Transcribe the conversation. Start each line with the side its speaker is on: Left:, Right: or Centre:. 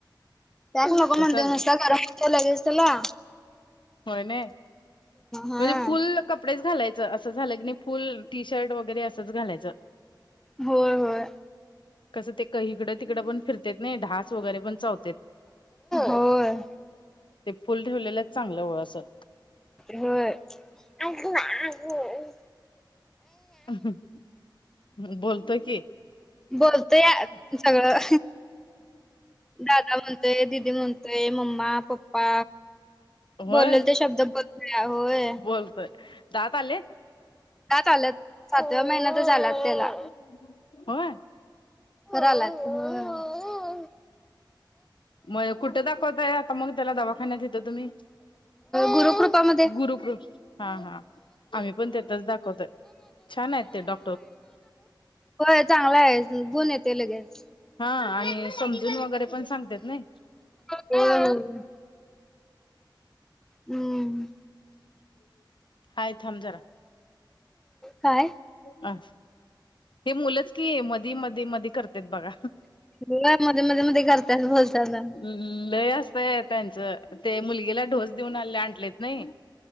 Centre: पॅक नको म्हणतंय
Left: कसल
Centre: ते नुसता गरम होतंय लगेच त्याला.
Left: होय ने,
Centre: हा
Left: म्हणजे फुल. कपडेच घालायचं असं झालं कीणी फुल, टी शर्ट वगैरे असंच घालायचं.
Centre: होय होय.
Left: कसं ते इकडं, तिकडं पण फिर तेच नाई ढास वैगेरे पण चावत्यात.
Centre: होय
Left: ते फुल ठेवलेलच चांगलं ओ असं.
Centre: होय. आजमा, आज.
Left: हम्, बोलतोय की.
Centre: बोलतोया सगळं. दादा म्हणतोय, दीदी म्हणतोय, मम्मा, पप्पा.
Left: होय
Centre: बोललं ते शब्द बोलतोया होय.
Left: बोलतोय दात आलेत.
Centre: दात आल्यात सातव्या महिन्यांतच आल्यात
Left: होय
Centre: त्याला. लवकर आल्यात होय
Left: म कुठं दाखवताय आता मग त्याला दवाखान्यात इथ तुम्ही?
Centre: गुरुकृपामध्ये
Left: गुरुकृप, हा हा आम्ही पण तिथंच दाखवतोय. छान आहेत ते डॉक
Centre: होय चांगला आहे गुण येतोय लगेच.
Left: हा आणि समजून वगैरे पण सांगत्यात नई.
Centre: होय हम्म
Left: हाय थांब जरा.
Centre: काय?
Left: आ ही मुलंच की मध धी मधी मधी करत्यात बघा.
Centre: होय मध्ये मध्ये मध्ये करतात बोलताना
Left: लय असतया त्यांचं, ते मुलगीला ढोस देऊन आले आणलेत नई.